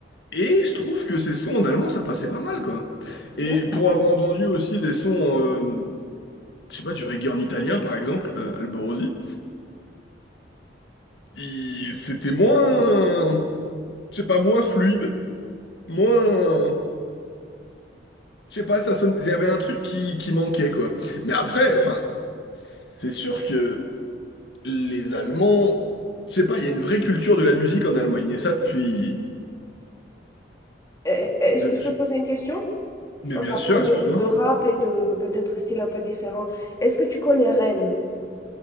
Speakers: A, on the left; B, on the left.
A: Et je trouve que ces sons en allemand, ça passait pas mal, quoi.
B: Là.
A: Et pour avoir entendu aussi des sons, euh, je sais pas, du reggae en italien, par exemple, euh, Alborosi. il- c'était moins, je sais pas, moins fluide, moins, je sais pas, ça sonne, il y avait un truc qui, qui manquait, quoi. Mais après, enfin, c'est sûr que les Allemands, je sais pas, il y a une vraie culture de la musique en Allemagne, et ça depuis,
B: Eh, eh,
A: depuis...
B: Est-ce que je peux te poser une question
A: Mais
B: en
A: bien
B: parlant
A: sûr, excuse-moi,
B: de, de rap et de peut-être style un peu différent? Est-ce que tu connais Rennes?